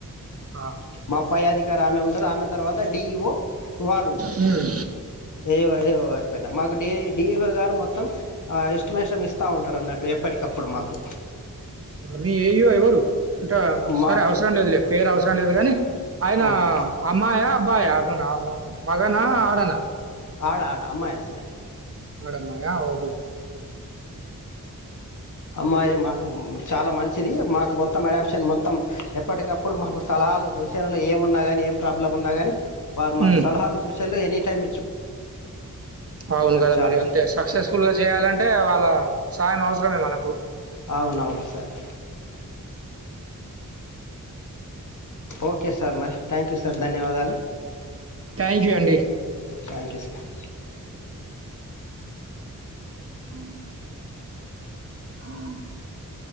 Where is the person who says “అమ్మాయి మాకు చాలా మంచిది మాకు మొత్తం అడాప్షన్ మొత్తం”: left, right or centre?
Left